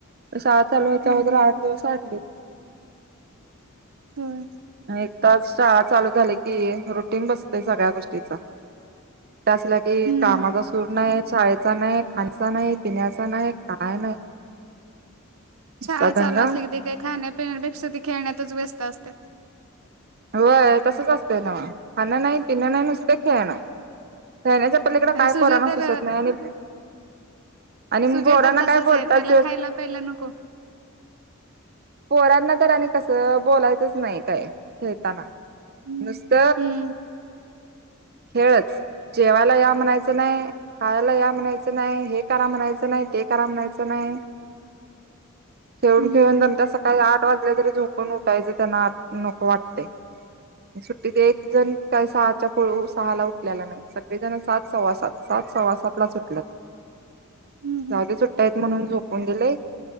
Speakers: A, on the right (about 50°); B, on the right (about 80°).
A: शाळा चालू व्हायच्या
B: हम्म
A: अगोदर
B: हम्म
A: आठ दिवस आनली.
B: होय
A: एकदाच शाळा चालू झाली की रुटिंग बसतोय सगळ्या गोष्टीचा. असला की
B: हम्म.
A: कामाचा सूर नाही. शाळेचा नाही. खाण्याचा नाही. पिण्याचा नाही. काय नाही. नुसता
B: शाळा
A: दंगा
B: चालू असली कि ते काही खाण्यापिण्यापेक्षा ते खेळण्यातच व्यस्त असतात.
A: होय तसच असतं नव्ह. खाणं नाही. पिणं नाही. नुसत खेळणं. खण्याच्या पलीकडे
B: आणि
A: काय
B: सुजय
A: पोराण
B: तर
A: सुचत नाही आणि. आणि
B: सुजय
A: पोरांना
B: तर तसाच
A: काय बोलताच
B: आहे त्याला खायला प्यायला नको
A: पोरांना तर आणि कसं बोलायचंच नाही काय खेळताना.
B: हम्म
A: नुसत
B: हम्म
A: खेळच. जेवायला या म्हणायचं नाही. हायला या म्हणायचं नाही. हे करा म्हणायचं नाही. ते करा म्हणायचं नाही.
B: <unintelligible>
A: खेळून.
B: हम्म
A: खेळून दमली सकाळी आठ वाजल् तरी त्यांना झोपून उठायचं त्यांना नको वाटतय. सुट्टीत एक जण काय सात चा <unintelligible> सहाला उठलेला नाही, सगळेजण सात सवासात सात सवासातलाच उठल्यात.
B: हम्म
A: जाऊदे सुट्ट्या आहेत म्हणून झोपून दिलंय,